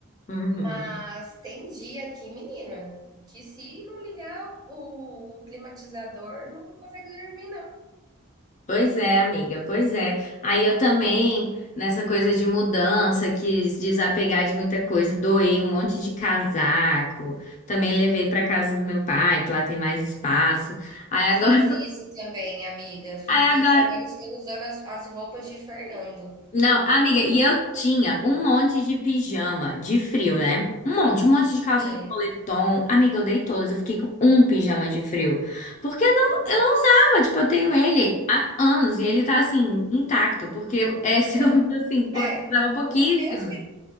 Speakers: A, on the left; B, on the right.
A: Uhum.
B: Mas tem dia aqui, menina, que se não ligar o climatizador, não consegue dormir, não.
A: Pois é, amiga, pois é. Aí eu também, nessa coisa de mudança, quis desapegar de muita coisa, doei um monte de casaco, também levei para casa do meu pai, que lá tem mais espaço. Aí agora,
B: Fiz isso também, amiga. Fiz
A: <laughs> aí agora
B: isso. Agora estou usando as, as roupas de Fernando.
A: Não, amiga, e eu tinha um monte de pijama de frio, né? Um monte, um monte de calça
B: Sim.
A: de moletom. Amiga, eu dei todas, eu fiquei com um pijama de frio. Porque não, eu não usava, tipo, eu tenho ele há anos e ele tá assim, intacto, porque esse
B: Não,
A: <laughs> eu, assim, pô,
B: é.
A: eu usava pouquíssimo.
B: Os meus